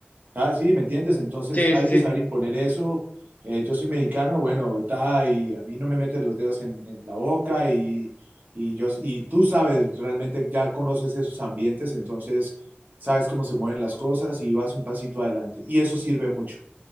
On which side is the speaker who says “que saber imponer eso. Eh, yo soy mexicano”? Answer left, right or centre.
Right